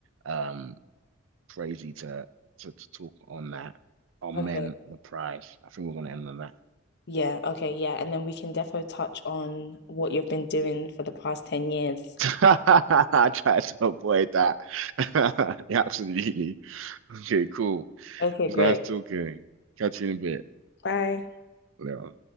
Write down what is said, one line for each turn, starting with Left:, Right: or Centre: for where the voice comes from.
Right: um, crazy to to, to talk on that. Are
Left: Okay.
Right: men the prize? I think we're gonna end on that.
Left: Yeah, okay, yeah. And then we can defo touch on what you've been doing for the past 10 years.
Right: <laughs> I tried to avoid that. <laughs> Yeah, absolutely. Okay, cool.
Left: Okay,
Right: It's
Left: great.
Right: nice talking. Catch you in a bit.
Left: Bye.
Right: Later.